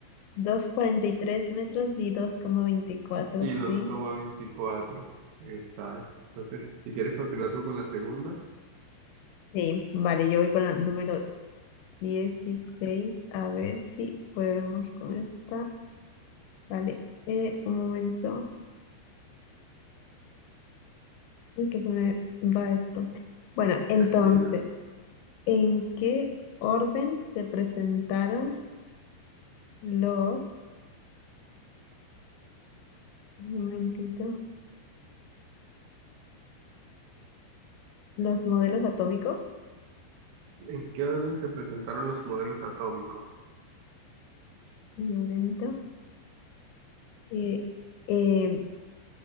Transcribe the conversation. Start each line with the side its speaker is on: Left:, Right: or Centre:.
Left: dos coma cuarenta y tres metros y dos coma veinticuatro,
Right: y
Left: sí.
Right: dos coma veinticuatro. Exacto. Entonces, si quieres continuar tú con la segunda,
Left: Sí, vale, yo voy con la número 16 a ver si podemos con esta. Vale, eh, un momento. Uy, que se me va esto. Bueno, entonces,
Right: tranquila.
Left: ¿en qué orden se presentaron los, un momentito, los modelos atómicos?
Right: ¿En qué orden se presentaron los modelos atómicos?
Left: Un momento. Sí, eh,